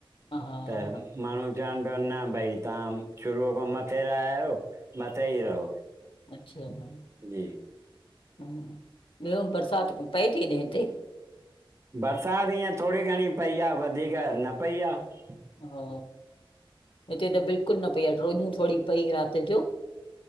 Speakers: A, on the left; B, on the right.
A: हा हा
B: त माण्हू चवनि पिया न भई तव्हां शुरूअ खां मथे रहिया आहियो मथे ई रहो
A: अछा ह
B: जी
A: ह ॿियो बरसाति पई थी ने हिते
B: बरसाति ईअं थोरी घणी पई आहे वधीक न पई आहे।
A: हा हिते त बिल्कुलु न पई आहे टोॾींूं थोरी पई राति जो